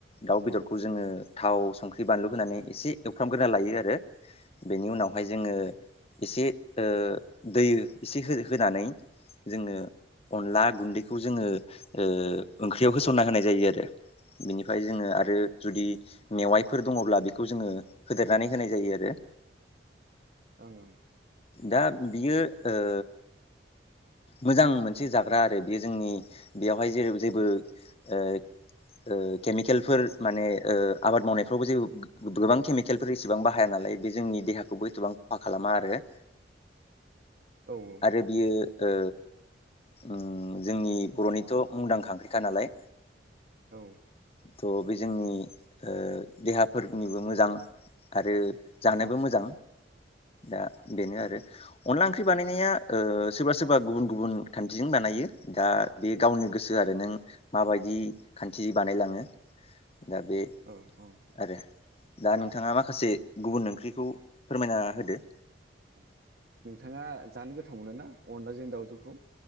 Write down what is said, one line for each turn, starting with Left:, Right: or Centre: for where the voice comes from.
Left: दाउ बेदर खौ जोङो थाव संख्रि बानलु होनानै एसे एवफ्रामग्रोना लायो आरो। बेनि उनावहाय
Right: औ
Left: जोङो एसे ओ दै एसे हो-होनानै जोङो अनला गुन्दैखौ जोङो ओ ओंख्रियाव होसनना होनाय जायो आरो। बिनिफ्राय जोङो आरो जुदि मेवाइफोर दङब्ला बेखौ जोङो होदेरनानै होनाय जायो आरो‌।
Right: ओं ओं।
Left: दा बियो ओ मोजां मोनसे जाग्रा आरो बेयो जोंनि बेयावहाय जै जेबो ओ ओ केमिकेलफोर माने ओ आबाद मावनायफ्रावबो जे गोबां केमिकेलफोर एसेबां बाहाया नालाय बे जोंनि देहाखौबो एसेबां खहा खालामा आरो।
Right: औ औ।
Left: आरो बियो ओ ओम जोंनि बर'निथ' मुंदांखा ओंख्रिखा नालाय।
Right: औ।
Left: थ' बे जोंनि ओ देहाफोरनिबो मोजां आरो जानोबो मोजां दा बेनो आरो। अनला ओंख्रि बानायनाया ओ सोरबा सोरबा गुबुन गुबुन खान्थिजों बानायो दा बे गावनि गोसो आरो नों माबायदि खान्थि बानायलाङो। दा बे
Right: औ औ।
Left: आरो दा नोंथाङा माखासे गुबुन ओंख्रिखौ फोरमायना होदो‌।
Right: औ नोंथाङा जानो गोथाव मोनो ना अनलाजों दाउजोखौ?